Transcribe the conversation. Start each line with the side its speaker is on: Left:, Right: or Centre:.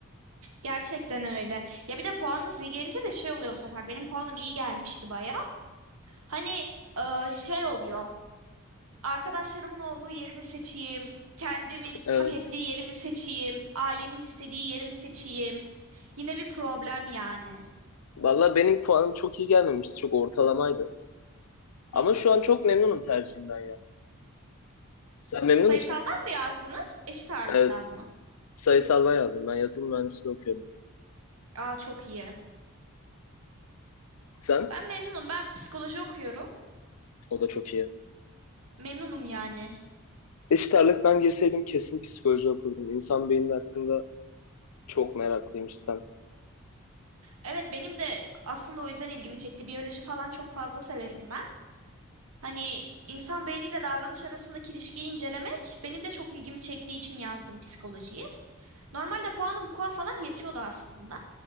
Right: Gerçekten öyle. Ya bir de puanınız iyi gelince de şey oluyor bu sefer. Benim puanım iyi gelmişti baya. Hani e, şey oluyor. Arkadaşlarımın olduğu yerimi seçeyim. Kendimin
Left: Evet.
Right: hak ettiği yerimi seçeyim. Ailemin istediği yerimi seçeyim. Yine bir problem yani.
Left: Vallahi benim puanım çok iyi gelmemişti. Çok ortalamaydı.
Right: Hı
Left: Ama
Right: hı.
Left: şu an çok memnunum tercihimden ya. Sen memnun
Right: Sayısaldan
Left: musun?
Right: mı yazdınız? Eşit ağırlıktan
Left: Evet.
Right: mı?
Left: Sayısaldan yazdım. Ben yazılım mühendisliği okuyorum.
Right: Aa çok iyi.
Left: Sen?
Right: Ben memnunum. Ben psikoloji okuyorum.
Left: O da çok iyi.
Right: Memnunum yani.
Left: Eşit ağırlık ben girseydim kesin psikoloji okurdum. İnsan beyni hakkında çok meraklıyım cidden.
Right: Evet benim de aslında o yüzden ilgimi çekti. Biyoloji falan çok fazla severim ben. Hani insan beyniyle davranış arasındaki ilişkiyi incelemek benim de çok ilgimi çektiği için yazdım psikolojiyi. Normalde puanım KUA falan yetiyordu aslında.